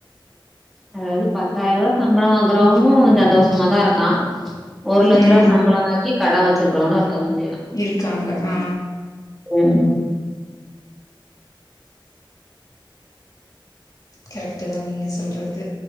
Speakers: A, in the centre; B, on the left.
A: அதாவ்து பத்தாயிரவா சம்பளோ வாங்கறவனு சந்தோசமாதா இருக்கா ஒரு லட்ச
B: ம்
A: ருவா சம்பளோ வாங்கி கடே வச்சிருக்கறவுனு இருக்கதாஞ் செய்றா
B: இருக்காங்க ஆ
A: ம்
B: கரெக்ட்டுதா நீங்க சொல்றது